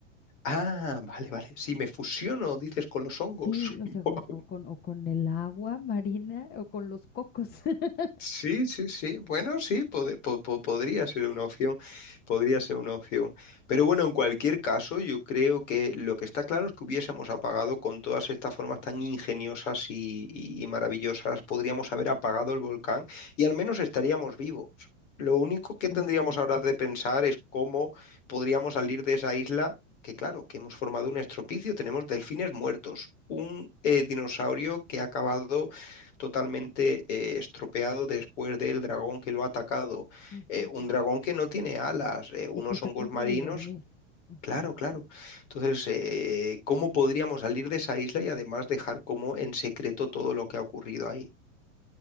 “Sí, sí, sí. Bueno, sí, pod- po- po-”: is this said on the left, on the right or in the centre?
Left